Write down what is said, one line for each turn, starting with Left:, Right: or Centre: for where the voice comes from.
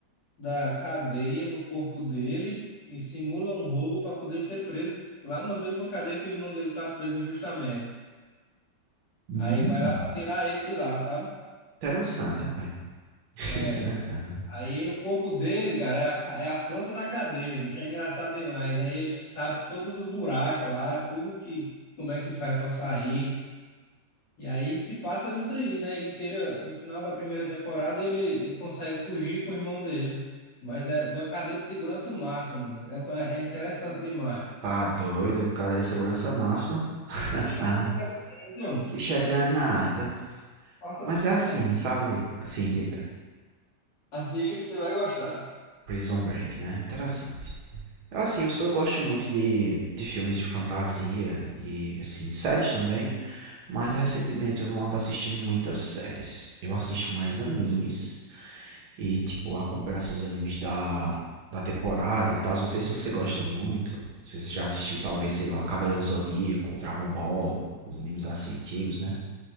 Left: da cadeia no corpo dele e simula um roubo para poder ser preso lá na mesma cadeia que o irmão dele tá preso injustamente.
Right: Hum,
Left: Aí ele vai lá para tirar ele de lá, sabe?
Right: interessante, rapaz. <laughs>
Left: É, aí o corpo dele, cara, é a, ca- é a planta da cadeia, bicho, é engraçado demais. Aí ele sabe todos os buracos lá, tudo que, como é que faz para sair. E aí se passa nisso aí, né? Ele tira, no final da primeira temporada, ele, ele consegue fugir com o irmão dele. Mas é de uma cadeia de segurança máxima, amigo. é, é interessante demais.
Right: Tá doido, cadeira de segurança máxima. <laughs>
Left: Bicho é muito inteligente. ó.
Right: Bicho é danado.
Left: Passa,
Right: Mas é assim,
Left: a-
Right: sabe? Assim, diga.
Left: assista que você vai gostar.
Right: Prison Break, né? Interessante. Assim, eu só gosto muito de, de filmes de fantasia e, assim, séries também. Mas recentemente eu não ando assistindo muitas séries. Eu assisto mais animes e, tipo, acompanho assim, os animes da, da temporada e tal. Não sei se você gosta muito. Não sei Se você já assistiu, talvez, sei lá, Cavaleiro do Zodíaco, Dragon Ball, os animes assim antigos, né?